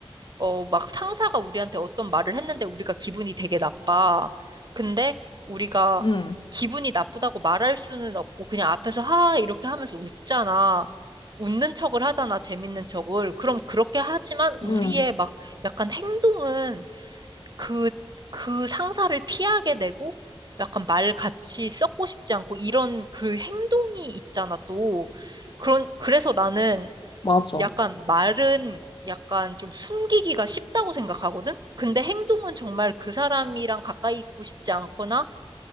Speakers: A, on the right; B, on the left.
A: 어, 막 상사가 우리한테 어떤 말을 했는데 우리가 기분이 되게 나빠. 근데 우리가
B: 응,
A: 기분이 나쁘다고 말할 수는 없고 그냥 앞에서 하 이렇게 하면서 웃잖아. 웃는 척을 하잖아. 재밌는 척을. 그럼 그렇게 하지만 우리의
B: 응,
A: 막 약간 행동은 그, 그 상사를 피하게 되고 약간 말 같이 썩고 싶지 않고 이런 그 행동이 있잖아 또. 그런, 그래서 나는
B: 맞아.
A: 약간 말은 약간 좀 숨기기가 쉽다고 생각하거든? 근데 행동은 정말 그 사람이랑 가까이 있고 싶지 않거나,